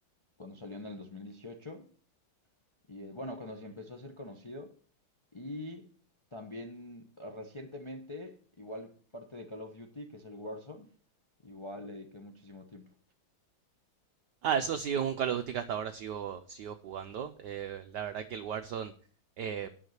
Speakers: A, on the left; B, on the right.
A: cuando salió en el 2018, y eh, bueno, cuando se empezó a ser conocido, y también eh, recientemente, igual parte de Call of Duty, que es el Warzone, igual le dediqué muchísimo tiempo.
B: Ah, eso sí es un Call of Duty que hasta ahora sigo sigo jugando. Eh, la verdad que el Warzone eh,